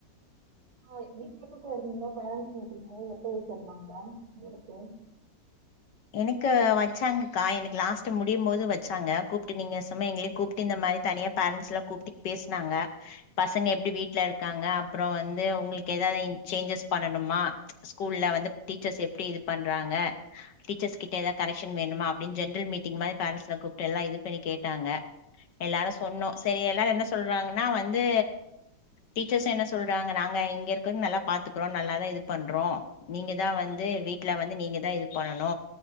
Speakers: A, on the right; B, on the left.
A: ஆ நீங்க எப்ப போரிங்க பேரண்ஸ் மீட்டிங்கு எப்போ வச்சிருந்தாங்கா இவளுக்கு
B: எனக்கு வச்சாங்கக்கா எனக்கு லாஸ்ட் முடியும் போது வச்சாங்க கூப்ட்டு நீங்க சும்மா எங்களயு கூப்டு இந்த மாரி தனியா பேரன்ஸ்லா கூப்டு பேசுனாங்க பசங்க எப்டி வீட்ல இருக்காங்க அப்றோ வந்து உங்களுக்கு எதாவது சேஞ்சஸ் பண்ணணுமா ஸ்கூல்ல வந்து டீச்சர்ஸ் எப்டி இது பண்றாங்க டீச்சர்ஸ் கிட்ட எதா கரெக்ஷன் வேணுமா அப்டின் ஜென்ரல் மீட்டிங் மாரி பேரன்ஸ்லா கூப்ட்டு எல்லா இது பண்ணி கேட்டாங்க எல்லாரு சொன்னோ சரி எல்லாரு என்ன சொல்றாங்கன்னா வந்து டீச்சர்ஸ் என்ன சொல்றாங்க நாங்க இங்கே இருக்கந்து நல்லா பாத்துக்குறோ நல்லாதா இது பண்றோம் நீங்கதா வந்து வீட்ல வந்து நீங்கதா இது பண்ணணு